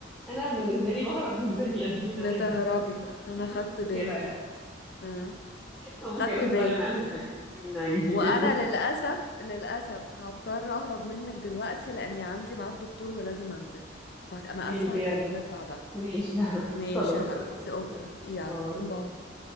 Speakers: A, in the centre; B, on the left (about 55°).
A: انا بالنسبة لي بهرب من بني ادمين
B: بتهربي
A: عادي <laughs>
B: انا
A: مش
B: خدت
A: مشكلة
B: بالي
A: يعني
B: أه.
A: ممكن
B: خدت بالي
A: استغنى عن البني ادمين عادي
B: وانا
A: جدا
B: للاسف للاسف هضطر اهرب منك دلوقتي لاني عندي ميعاد دكتور ولازم انزل فانا
A: ايه
B: اسفة
A: البيع
B: هكلمك
A: ده
B: بعدها
A: ماشي يا حبيبتي
B: ماشي
A: خلاص
B: يا حبيبتي
A: اوكي
B: اوكي
A: يلا
B: يلا
A: باي.
B: باي